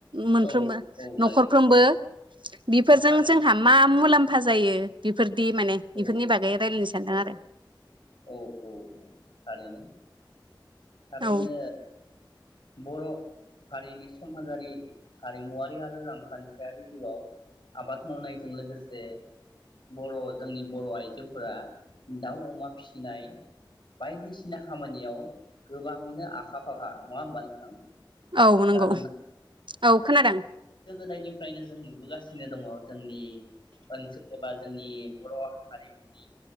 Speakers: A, on the right; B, on the left.
A: मोनफ्रोमबो
B: औ औ
A: नखरफ्रोमबो
B: लायो
A: बिफोरजों
B: थारैनो
A: जोंहा मा मुलाम फा जायो बिफोर दि माने
B: औ
A: बिफोरनि बागै रायलायनो सानदों
B: औ
A: आरो
B: औ औ औ‌ थारैनो थारैनो
A: औ
B: बर' हारिनि समाजारि हारिमुवारि आरो रांखान्थियारि जिउआव आबाद मावनायजों लोगोसे बर' जोंनि बर' आइजोफोरा दाउ अमा फिसिनाय बायदिसिना खामानियाव गोबाङैनो आखा फाखा नङा होमबा नोंथां?
A: औ नोंगौ
B: खोनादोंना
A: औ खोनादों
B: गोदो गोदायनिफ्रायनो जों नुबोगासिनो दङ जोंनि ओनसोल एबा जोंनि बर हारिमुनि